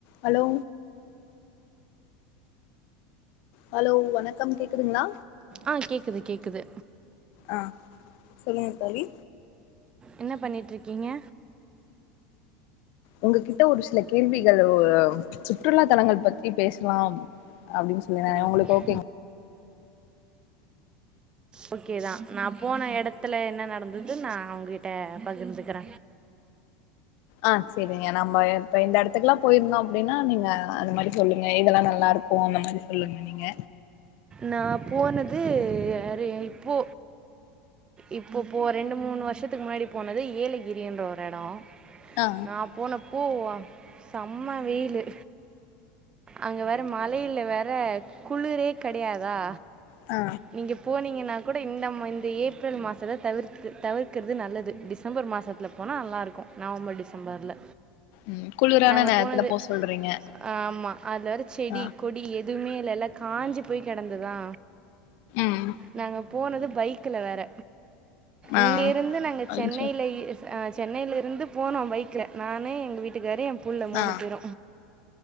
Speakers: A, on the left; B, on the right.
A: Hello hello வணக்கம் கேக்குதுங்ளா
B: ஆ கேக்குது கேக்குது
A: ஆ சொல்லுங்க தோழி
B: என்ன பண்ணிட் இருக்கீங்க
A: உங்க கிட்ட ஒரு சில கேள்விகளோ சுற்றுலா தலங்கள் பத் பத்தி பேஸ்லா அப்டின் சொல்லி
B: அப்படின்னு
A: உங்களுக்கு ஓக்கேங்
B: ஓகேதா நா போன எடத்துல என்ன நடந்தது நா உங்க கிட்ட பகிர்ந்துக்கிற
A: ஆ சேரிங்க நம்ப இப்ப இந்த எடத்துக்குலா போயிருந்தோ அப்டின்னா நீங்க அந்த மாறி சொல்லுங்க இதெல்லா நல்லா இருக் கும் அந்த மாறி சொல்லுங்க நீங்க
B: நா போனது யாரு இப்போ இப்போ போ ரெண்டு மூணு வருஷத்துக்கு முன்னாடி போனது ஏலகிரின்ற ஒரு எடோ
A: ஆ
B: நா போனப்போ செம்ம வெயிலு அங்க வேற மலையில வேற குளுரே கெடையாதா
A: அ
B: நீங்க போனீங்கன்னா கூட இந்த இந்த ஏப்ரல் மாசத்த தவிர்த்து தவிர்க்கிறது நல்லது டிசம்பர் மாசத்துல போனா நல்லா இருக்கும் நவம்பர் டிசம்பர்ல
A: ம் குளிரான
B: நாங்க
A: நேரத்துல
B: போனது
A: போ சொல்றீங்க
B: ஆமா அதுல வேற செடி
A: ஆ
B: கொடி எ எதுமே இல்ல எல்லா காஞ்சி போய் கெடந்ததா
A: ம்
B: நாங்க போனது பைக்ல வேற இங்க
A: ஆ
B: இருந்து நாங்க சென்னைலயே
A: அச்சோ
B: அ சென்னைல இருந்து போனோ பைக்ல நானு எங்க வீட் விட்டுக்காரு எ புள்ள மூணு
A: ஆ
B: பேரு